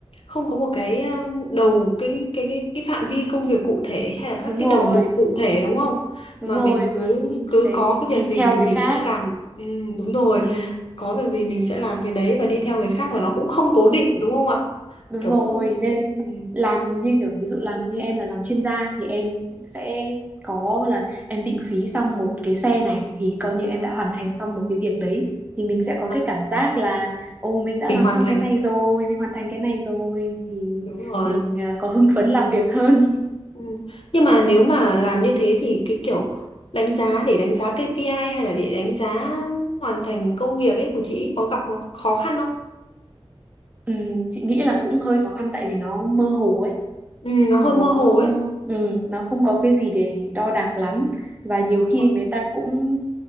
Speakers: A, on the left; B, on the right.
A: không có một cái ờ, đầu cái cái cái cái phạm vi công việc cụ thể hay
B: đúng
A: là các cái
B: rồi
A: đầu mục cụ thể đúng không?
B: đúng
A: Mà
B: rồi
A: mình
B: mà
A: cứ cứ
B: phải
A: có cái
B: đi
A: việc gì
B: theo
A: thì
B: người
A: mình
B: khác
A: sẽ làm. Ừ, đúng rồi,
B: ừ,
A: có việc gì mình sẽ làm cái đấy và đi theo người khác mà nó cũng không cố định đúng không ạ?
B: đúng
A: Kiểu
B: rồi
A: không cố
B: nên
A: định. Ừ.
B: làm như kiểu ví dụ làm như em là làm chuyên gia thì em sẽ có là em định phí xong một cái xe này thì coi như em
A: Ừ.
B: đã hoàn thành xong một cái việc đấy thì mình sẽ có
A: Và
B: cái cảm giác là ồ mình đã
A: Mình
B: làm
A: hoàn
B: xong
A: thành.
B: cái này rồi mình hoàn thành cái này rồi thì
A: Đúng rồi.
B: mình ờ, có hưng phấn làm việc hơn
A: Ừ. Nhưng mà nếu mà làm như thế thì cái kiểu đánh giá để đánh giá KPI hay là để đánh giá hoàn thành công việc ấy của chị có gặp khó khó khăn không?
B: <laughs> ừ, chị nghĩ là cũng hơi khó khăn tại vì nó mơ hồ ấy
A: Ừ, nó hơi
B: nó
A: mơ hồ ấy.
B: ừ, nó không có cái gì để đo đạc lắm và nhiều
A: Đúng
B: khi
A: rồi.
B: người ta cũng